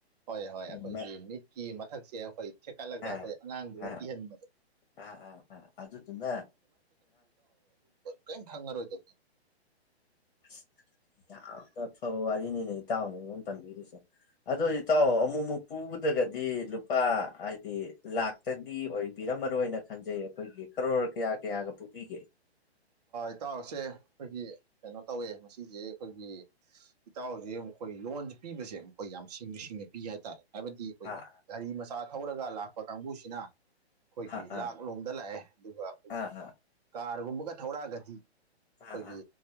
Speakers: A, on the right; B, on the left.
A: ꯍꯣꯏ ꯍꯣꯏ ꯑꯩꯈꯣꯏꯒꯤ
B: ꯑꯥ
A: ꯃꯤꯠꯀꯤ ꯃꯊꯛꯁꯦ ꯑꯩꯈꯣꯏ ꯊꯦꯛꯀꯠꯂꯒ
B: ꯑꯥ
A: ꯑꯩꯈꯣꯏ ꯑꯉꯥꯡꯗꯨꯗ
B: ꯑꯥ
A: ꯀꯤꯍꯟꯕꯗꯣ
B: ꯑꯥ ꯑ ꯑꯥ ꯑꯗꯨꯗꯨꯅ
A: ꯀꯩꯝ ꯊꯪꯉꯔꯣꯏꯗꯗꯤ
B: ꯑꯁ ꯌꯥꯝꯅ ꯐꯕ ꯋꯥꯔꯤꯅꯤꯅꯦ ꯏꯇꯥꯎꯅꯉꯣꯟ ꯇꯝꯕꯤꯔꯤꯁꯦ ꯑꯗꯨ ꯏꯇꯥꯎ ꯑꯃꯨꯛ ꯑꯃꯨꯛ ꯄꯨꯕꯗꯒꯗꯤ ꯂꯨꯄꯥ ꯍꯥꯏꯗꯤ ꯂꯥꯛꯇꯗꯤ ꯑꯣꯏꯕꯤꯔ ꯃꯔꯨꯑꯣꯏ ꯑꯣꯏꯅ ꯈꯟꯖꯩ ꯑꯩꯈꯣꯏꯒꯤ ꯀꯔꯣꯔ ꯀꯌꯥ ꯀꯌꯥꯒ ꯄꯨꯕꯤꯒꯦ
A: ꯏꯇꯥꯎꯁꯦ ꯑꯩꯈꯣꯏꯒꯤ ꯀꯩꯅꯣ ꯇꯧꯋꯦ ꯃꯁꯤꯁꯦ ꯑꯩꯈꯣꯏꯒꯤ ꯏꯇꯥꯎꯁꯦ ꯑꯃꯨꯛ ꯑꯩꯈꯣꯏ ꯂꯣꯟꯁꯦ ꯄꯤꯕꯁꯦ ꯑꯈꯣꯏ ꯌꯥꯝ ꯁꯤꯡꯅ- ꯁꯤꯡꯅ ꯄꯤ ꯍꯥꯏꯇꯥꯔꯦ ꯍꯥꯏꯕꯗꯤ ꯑꯩꯈꯣꯏꯒꯤ
B: ꯑꯥ
A: ꯒꯥꯔꯤ ꯃꯆꯥ ꯊꯧꯔꯒ ꯂꯥꯛꯄ ꯀꯥꯡꯕꯨꯁꯤꯅ ꯑꯩꯈꯣꯏꯒꯤ
B: ꯑꯥ ꯑꯥ
A: ꯂꯥꯛꯂꯣꯝꯗ ꯂꯥꯛꯑꯦ ꯑꯗꯨꯒ ꯑꯩꯈꯣꯏꯒꯤ
B: ꯑꯥ
A: ꯀꯥꯔꯒꯨꯝꯕꯒ ꯊꯧꯔꯛꯑꯒꯗꯤ ꯑꯩꯈꯣꯏꯒꯤ
B: ꯑꯥ ꯑꯥ ꯑꯥ